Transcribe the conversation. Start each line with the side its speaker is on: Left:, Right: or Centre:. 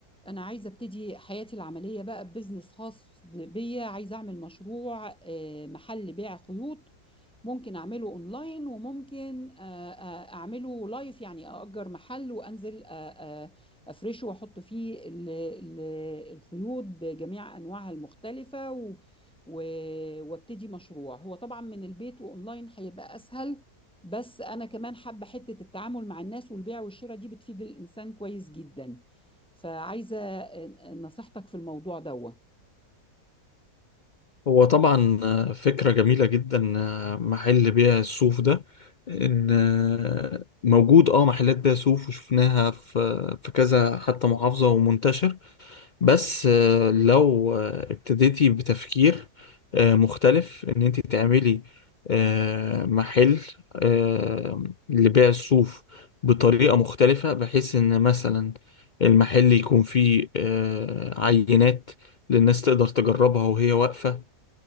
Centre: أنا عايزة أبتدي حياتي العملية بقى ببزنس خاص بيا عايزة أعمل مشروع آه، محل بيع خيوط ممكن أعمله أونلاين وممكن آه، آه، أعمله لايف يعني أأجر محل وأنزل آه، آه، أفرشه وأحط فيه ال- ال- الخيوط بجميع أنواعها المختلفة و- و- وأبتدي مشروع هو طبعا من البيت وأونلاين هيبقى أسهل بس أنا كمان حابة حتة التعامل مع الناس والبيع والشراء دي بتفيد الإنسان كويس جدا فعايزة نصيحتك في الموضوع دوا
Left: هو طبعا آه، فكرة جميلة جدا آه، محل بيع الصوف ده ان آه، موجود اه محلات بيع صوف وشفناها في في كذا حتى محافظة ومنتشر بس آه، لو آه، ابتديتي بتفكير آه، مختلف ان انت تعملي آه، محل آه، لبيع الصوف بطريقة مختلفة بحيث ان مثلا المحل يكون فيه آه، عينات للناس تقدر تجربها وهي واقفة